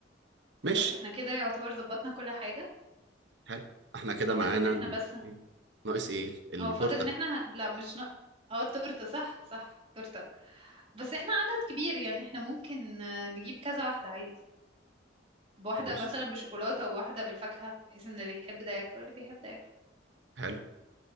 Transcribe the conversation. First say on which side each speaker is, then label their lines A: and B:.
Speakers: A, on the right; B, on the right.
A: ماشي
B: خلاص احنا كده يعتبر ظبطنا كل حاجة
A: حلو احنا كده
B: فاضل
A: معانا
B: ان احنا
A: ال...
B: بس
A: إيه؟ ناقص ايه التورتة
B: اه فاضل ان احنا ه- لا مش ن... اه التورته صح صح تورته بس احنا عدد كبير يعني احنا ممكن آه، نجيب كذا واحده عادي بواحده
A: ماشي
B: مثلا بشوكولاته وواحده بالفاكهه بحيث ان اللي بيحب ده ياكل واللي بيحب ده ياكل
A: حلو